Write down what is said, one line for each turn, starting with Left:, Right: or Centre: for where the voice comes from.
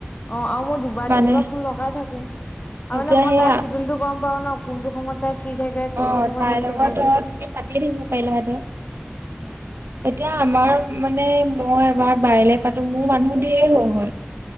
Left: অ, আৰু মই দুবাৰ,
Right: মানে
Left: তিনিবাৰ ফোন লগাই থাকো। আৰু মানে
Right: এতিয়া
Left: মই
Right: সেয়া
Left: তাইৰ চিডুলটো গম পাওঁ ন। কোনটো সময়ত তাই ফ্ৰী থাকে। কোনটো
Right: অ,
Left: সময়ত
Right: তাইৰ
Left: হেৰি
Right: লগত
Left: থাকে
Right: ধৰ তুমি পাতিয়ে থাকিবা পাৰিলাহেতেন।
Left: অ।
Right: এতিয়া আমাৰ মানে মই এবাৰ বাইলে পাতো মোৰ মানুহ ঢেৰ হৈ গল।